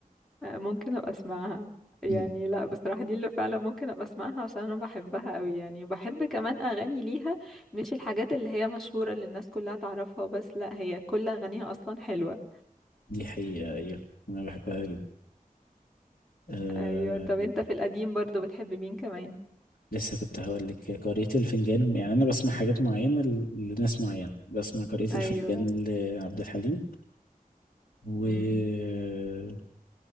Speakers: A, in the centre; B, on the left.
A: آه، ممكن ابقى اسمعها يعني
B: مم.
A: لا بصراحة دي اللي فعلا ممكن ابقى اسمعها عشان انا بحبها قوي يعني بحب كمان اغاني ليها مش الحاجات اللي هي مشهورة اللي الناس كلها تعرفها وبس لا هي كل اغانيها اصلا حلوة
B: دي حقيقة ايوه انا بحبها جدا أه
A: ايوه طب انت في القديم برضو بتحب مين كمان
B: لسه كنت هقول لك قارئة الفنجان يعني انا بسمع حاجات معينة ل- لناس معينة بسمع قارئة
A: ايوه
B: الفنجان لعبد الحليم واللي
A: مم.